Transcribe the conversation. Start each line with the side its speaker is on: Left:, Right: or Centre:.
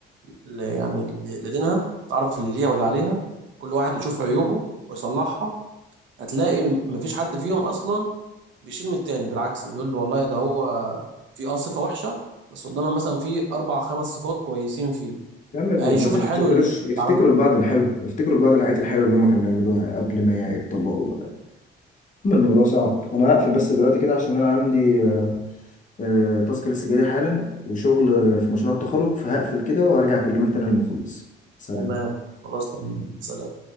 Right: ل... يعني ل... لدينها تعرف اللي ليها واللي عليها كل واحد يشوف عيوبه ويصلحها هتلاقي مفيش حد فيهم أصلا بيشيل من التاني بالعكس بيقول له والله ده هو في اه صفه وحشه بس قدامنا مثلا في اربع خمس صفات كويسين فيه
Left: يا عم ما بي-
Right: هيشوف
Left: ما بيفتكروش
Right: الحلو اللي
Left: يفتكروا
Right: عنده
Left: البعض الحلو يفتكروا البعض الحاجات الحلوه اللي هم كانوا بيعملوها قبل ما يتطلقوا ولا اما الموضوع صعب انا هقفل بس دلوقتي كده عشان انا عندي آه، تاسك لسه جالي حالا وشغل في مشروع التخرج فهقفل كده وهرجع اكلمك تاني لما اخلص سلام
Right: تمام خلاص تمام سلام